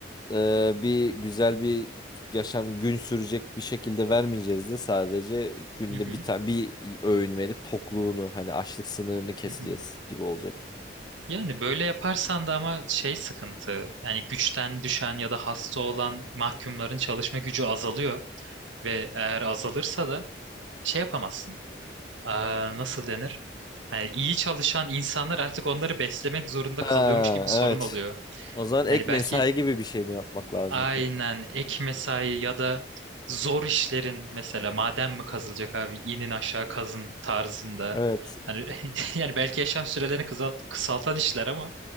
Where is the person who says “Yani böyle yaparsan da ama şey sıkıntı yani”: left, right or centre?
Right